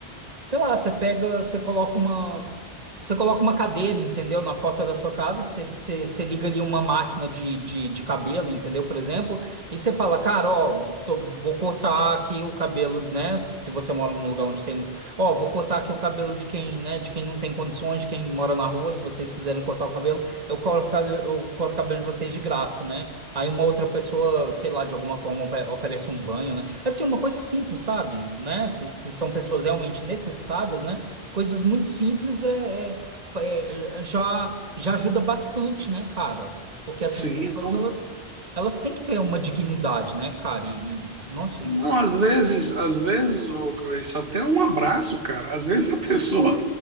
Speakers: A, on the right; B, on the right.
A: sei lá, você pega, você coloca uma, você coloca uma cadeira, entendeu? Na porta da sua casa, você você- você liga ali uma máquina de, de, de cabelo, entendeu? Por exemplo, e você fala, cara, ó, tô- vou cortar aqui o cabelo, né? Se você mora num lugar onde tem muito, ó, vou cortar aqui o cabelo de quem, né? De quem não tem condições, de quem mora na rua, se vocês quiserem cortar o cabelo, eu corto, o cabelo- eu corto o cabelo de vocês de graça, né? Aí uma outra pessoa, sei lá, de alguma forma ofe- oferece um banho, né? Assim, uma coisa simples, sabe? Né? Se, se são pessoas realmente necessitadas, né? Coisas muito simples é, é- é- já, já ajuda bastante, né, cara? Porque essas
B: Sim,
A: pessoas,
B: então
A: elas, elas têm que ter uma dignidade, né, cara? E, e- nossa,
B: Não,
A: e,
B: às vezes, às vezes, ô Gleice, até um abraço, cara. Às vezes a pessoa,
A: sim,